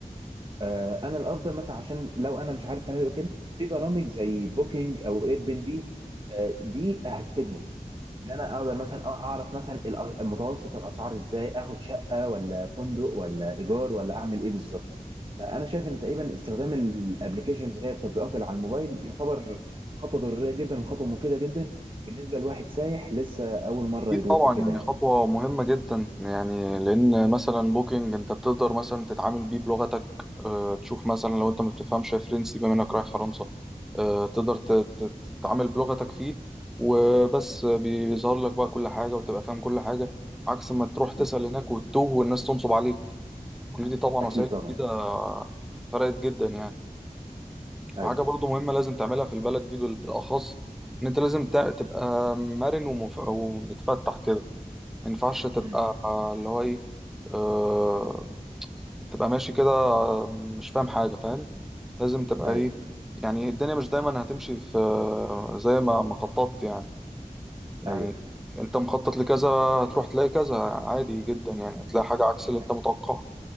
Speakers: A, on the right; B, in the centre.
A: آه، انا الافضل مثلا عشان لو انا مش عارف فنادق وكده في برامج زي بوكينج او اير بي ان بي آه، دي هتفيدني ان انا اقدر مثلا أ- اعرف مثلا الأ- متوسط الاسعار ازاي اخد شقه ولا فندق ولا ايجار ولا اعمل ايه بالظبط فانا شايف ان تقريبا استخدام الابلكيشنز اللي هي التطبيقات اللي على الموبايل يعتبر خطوه ضروريه جدا وخطوه مفيده جدا بالنسبه لواحد سايح لسه اول مره
B: أكيد
A: يروح
B: طبعا
A: وكده
B: يعني
A: يعني
B: خطوة مهمة جدا يعني لأن مثلا بوكينج أنت بتقدر مثلا تتعامل بيه بلغتك آه، تشوف مثلا لو أنت ما بتفهمش فرنسي بما إنك رايح فرنسا آه، تقدر ت-
A: مم.
B: ت- تتعامل بلغتك فيه وبس بيظهر لك بقى كل حاجة وتبقى فاهم كل حاجة عكس ما تروح
A: مم.
B: تسأل هناك وتتوه والناس تنصب عليك كل دي طبعا
A: اكيد
B: وسائل
A: طبعا
B: جديدة فرقت جدا يعني
A: مم. ايوه
B: وحاجة برضو مهمة لازم تعملها في البلد دي بال- بالأخص إن أنت لازم تع- تبقى مرن ومف- ومتفتح كده ما ينفعش تبقى
A: مم.
B: اللي هو ايه آه تبقى ماشي كده آه، مش فاهم حاجة فاهم لازم تبقى
A: ايوه
B: ايه يعني إيه، الدنيا مش دايما هتمشي في آه، زي ما ما خططت يعني يعني
A: ايوه
B: انت مخطط لكذا هتروح تلاقي كذا عادي جدا يعني تلاقي
A: مم.
B: حاجة عكس اللي انت
A: اكيد
B: متوقعها